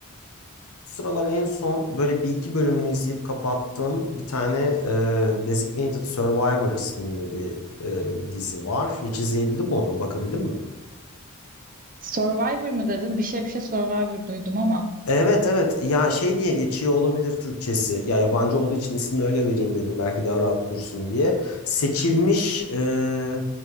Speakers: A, on the left; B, on the right.
A: Bu sıralar en son böyle bir iki bölümünü izleyip kapattığım bir tane e, Designated Survivor isminde bir e, dizi var. Hiç izleyebildin mi onu? Bakabildin mi?
B: Survivor mı dedin? Bir şey bir şey Survivor duydum ama.
A: Evet evet ya şey diye geçiyor olabilir Türkçesi ya yabancı olduğu için ismini öyle vereyim dedim belki daha rahat bulursun diye seçilmiş e,